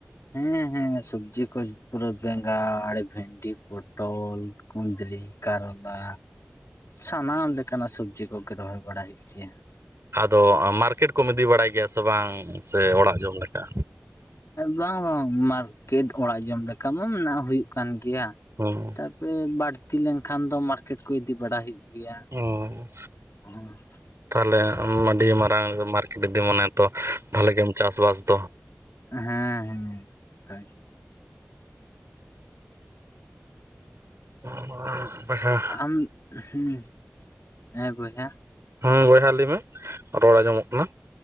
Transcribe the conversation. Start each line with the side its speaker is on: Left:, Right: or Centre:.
Left: ᱦᱮᱸ ᱦᱮᱸ ᱥᱚᱵᱽᱡᱤ ᱠᱚ ᱯᱩᱨᱟᱹ ᱵᱮᱸᱜᱟᱲ, ᱵᱷᱮᱱᱰᱤ, ᱯᱚᱴᱚᱞ ᱠᱩᱸᱫᱽᱨᱤ, ᱠᱟᱨᱞᱟ, ᱥᱟᱱᱟᱢ ᱞᱮᱠᱟᱱᱟᱜ ᱥᱚᱵᱽᱡᱤ ᱠᱚᱜᱮ ᱨᱚᱦᱚᱭ ᱵᱟᱲᱟᱭ ᱦᱩᱭᱩᱜ ᱜᱮᱭᱟ᱾
Right: ᱟᱫᱚ ᱢᱟᱨᱠᱮᱴ ᱠᱚᱢ ᱤᱫᱤ ᱵᱟᱲᱟᱭ ᱜᱮᱭᱟ ᱥᱮ ᱵᱟᱝ ᱥᱮ ᱚᱲᱟᱜ ᱡᱚᱢ ᱞᱮᱠᱟ?
Left: ᱵᱟᱝ ᱵᱟᱝ ᱢᱟᱨᱠᱮᱴ ᱚᱲᱟᱜ ᱡᱚᱢ ᱞᱮᱠᱟ ᱢᱟ ᱢᱮᱱᱟᱜ ᱦᱩᱭᱩᱜ ᱠᱟᱱ ᱜᱮᱭᱟ᱾
Right: ᱦᱮᱸ
Left: ᱳ ᱵᱟᱹᱲᱛᱤ ᱞᱮᱱᱠᱷᱟᱱ ᱫᱚ ᱢᱟᱨᱠᱮᱴ ᱠᱚ ᱤᱫᱤ ᱵᱟᱲᱟ ᱦᱩᱭᱩᱜ ᱜᱮᱭᱟ᱾
Right: ᱚ
Left: <unintelligible>
Right: ᱛᱟᱦᱚᱞᱮ ᱟᱹᱰᱤ ᱢᱟᱨᱟᱝ ᱢᱟᱨᱠᱮᱴ ᱛᱤᱸᱜᱩᱱᱟ ᱛᱚ ᱵᱷᱟᱞᱮ ᱜᱮᱢ ᱪᱟᱥᱵᱟᱥ ᱛᱚ
Left: ᱦᱮᱸ ᱦᱮᱸ ᱚᱱᱠᱟ ᱪᱮ <unintelligible>
Right: <unintelligible> ᱵᱚᱭᱦᱟ
Left: ᱟᱢ ᱦᱮᱸ ᱦᱮᱸ ᱵᱚᱭᱦᱟ
Right: ᱦᱩᱸ ᱵᱚᱭᱦᱟ ᱞᱟᱹᱭ ᱢᱮ ᱨᱚᱲ ᱟᱸᱡᱚᱢᱚᱜ ᱠᱟᱱᱟ